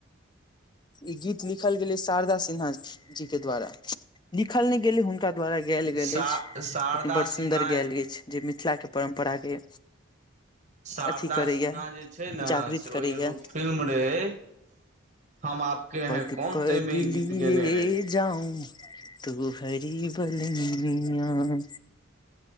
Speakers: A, on the left; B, on the right.
A: ई गीत लिखल गेलै शारदा सिन्हाजी के द्वारा लिखल नहि गेले हुनका द्वारा गायल गेल
B: सा
A: छै
B: शारदा
A: लेकिन बड़
B: सिन्हा
A: सुदर गायल छै। जे मिथिलाके परम्पराके
B: शारदा
A: अथी करैया
B: सिन्हा जे छै, ने
A: जागृत
B: सऽ
A: करैया
B: ओ एगो फिल्म रहे हम आपके
A: पग
B: हैं कौन
A: पग
B: ते मे ई
A: लिए
B: गीत गैने रहे
A: जाउ तोहरि बलैया।